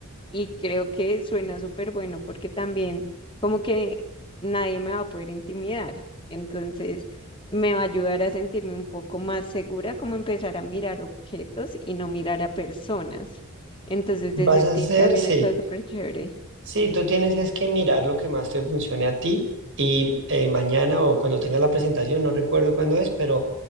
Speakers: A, on the left; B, on the right.
A: y creo que suena súper bueno porque también como que nadie me va a poder intimidar. Entonces me va a ayudar a sentirme un poco más segura, como empezar a mirar objetos y no mirar a personas. Entonces
B: ¿Vas
A: ese
B: a
A: tip
B: hacer?
A: también
B: Sí.
A: está súper chévere.
B: Sí, tú tienes es que mirar lo que más te funcione a ti y eh, mañana o cuando tengas la presentación, no recuerdo cuándo es, pero